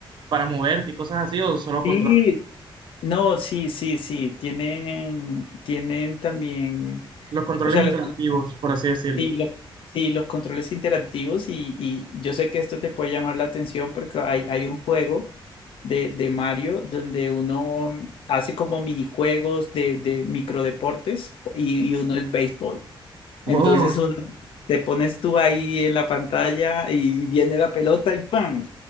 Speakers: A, on the right (about 60°); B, on the left (about 75°).
A: para moverte y cosas así, o solo
B: Sí,
A: controles.
B: No, sí, sí, sí. Tienen, tienen también.
A: Los controles
B: O sea,
A: interactivos,
B: los.
A: por así decirlo.
B: Sí, lo- sí, los controles interactivos y, y yo sé que esto te puede llamar la atención porque hay, hay un juego de, de Mario donde uno hace como minijuegos de, de microdeportes y, y uno es béisbol. Entonces
A: Oh,
B: uno te pones tú ahí en la pantalla y viene la pelota y ¡pam!